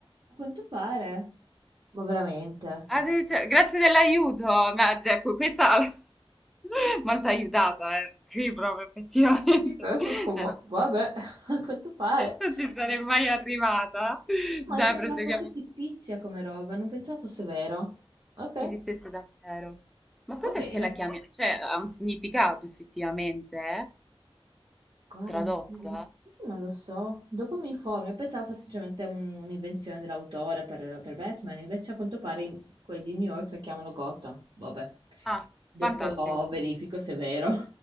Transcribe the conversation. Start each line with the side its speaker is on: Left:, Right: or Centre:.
Right: A quanto pare. Ma veramente?
Centre: Addirittura- Grazie dell'aiuto, ma, cioè, que- questa <laughs> molto aiutata, eh. Qui proprio effettivamente
Right: Sì, però sono
Centre: <laughs>
Right: sconvolta.
Centre: non,
Right: Vabbè, <laughs> a quanto pare.
Centre: non ci sarei mai arrivata.
Right: Ma
Centre: Dai,
Right: io pensavo
Centre: proseguiamo.
Right: fosse fittizia come roba, non pensavo fosse vero. Ok,
Centre: Che esistesse davvero. Ma poi
Right: va bene.
Centre: perché la chiami? Cioè, ha un significato effettivamente, eh?
Right: Guarda,
Centre: Tradotta?
Right: un seri- sì, non lo so. Dopo mi informo. Io pensavo fosse semplicemente un- un'invenzione dell'autore per, per Batman, invece a quanto pare in- quelli di New York la chiamano Gotham. Vabbè,
Centre: Ah,
Right: dopo
Centre: fantastico.
Right: verifico se è vero.